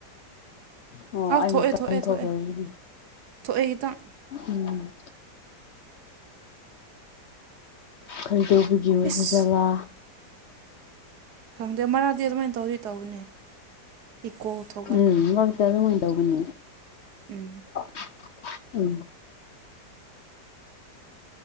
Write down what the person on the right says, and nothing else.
ꯑꯥ
ꯊꯣꯛꯑꯦ
ꯊꯣꯛꯑꯦ ꯊꯣꯛꯑꯦ ꯊꯣꯛꯑꯦ ꯈꯤꯇꯪ
ꯏꯁ ꯈꯪꯗꯦ ꯃꯔꯛꯗꯤ ꯑꯗꯨꯃꯥꯏꯅ ꯇꯧꯗꯤ ꯇꯧꯕꯅꯦ ꯏꯀꯣꯊꯣꯛ
ꯎꯝ